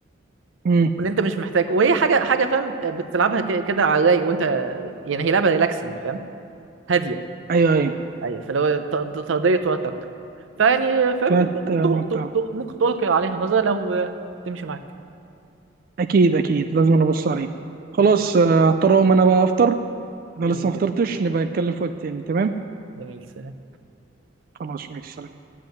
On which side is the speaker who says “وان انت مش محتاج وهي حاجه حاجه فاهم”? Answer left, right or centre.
Right